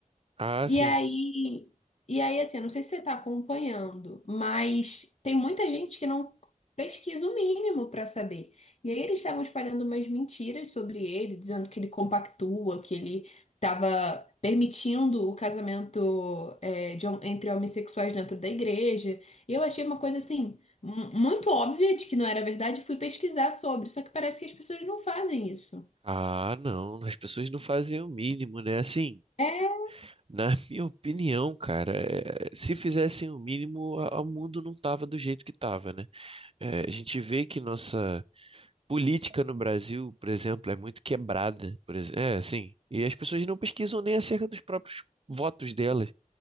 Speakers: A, on the right; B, on the left.
A: Ah,
B: E
A: sim.
B: aí, e aí, assim, eu não sei se você está acompanhando, mas tem muita gente que não pesquisa o mínimo para saber. E aí eles estavam espalhando umas mentiras sobre ele, dizendo que ele compactua, que ele estava permitindo o casamento é, de hom- entre homossexuais dentro da igreja. E eu achei uma coisa assim. mu- Muito óbvia de que não era verdade, e fui pesquisar sobre, só que parece que as pessoas não fazem isso.
A: Ah, não. As pessoas não fazem o mínimo, né? Assim,
B: É,
A: na <laughs> minha opinião, cara, eh, se fizessem o mínimo, a- o mundo não tava do jeito que tava, né? É, a gente vê que nossa política no Brasil, por exemplo, é muito quebrada, por exemplo. É, assim. E as pessoas não pesquisam nem acerca dos próprios votos delas,